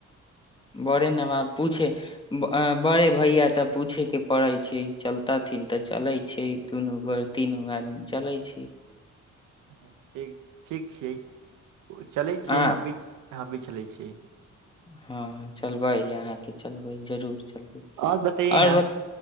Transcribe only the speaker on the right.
ह ठीक ठीक छियै ओ चलै छियै
हम भी हमभी चलै छियै
आओर बतैए
ने